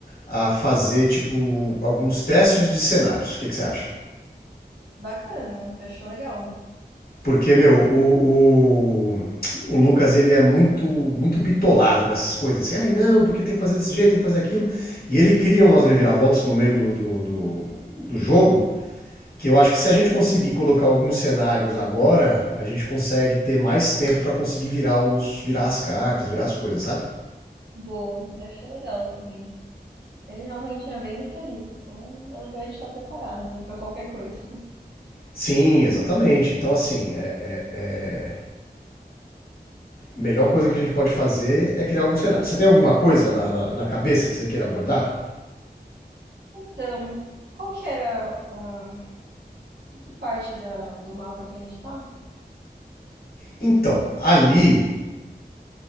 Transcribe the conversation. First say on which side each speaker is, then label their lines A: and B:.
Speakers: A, on the left; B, on the right.
A: a fazer, tipo, alguns testes de cenários. O que, que você acha?
B: Bacana, achou legal.
A: Porque, meu, o, o, o Lucas, ele é muito muito bitolado nessas coisas. Assim, ai não, porque tem que fazer desse jeito, tem que fazer aquilo. E ele cria umas reviravoltas no meio do, do, do, do jogo Que eu acho que se a gente conseguir colocar alguns cenários agora, a gente consegue ter mais tempo para conseguir virar, os, virar as cartas, virar as coisas, sabe?
B: Boa, Achou legal também. Ele realmente é bem detalhista, então é legal a gente estar preparado, né, pra qualquer coisa.
A: Sim, exatamente. Então, assim, é, é- é- melhor coisa que a gente pode fazer é criar algum cenário. Você tem alguma coisa na, na- na cabeça que você queira abordar?
B: Então, qual que era a... em que parte da... do mapa que a gente tá?
A: Então, ali,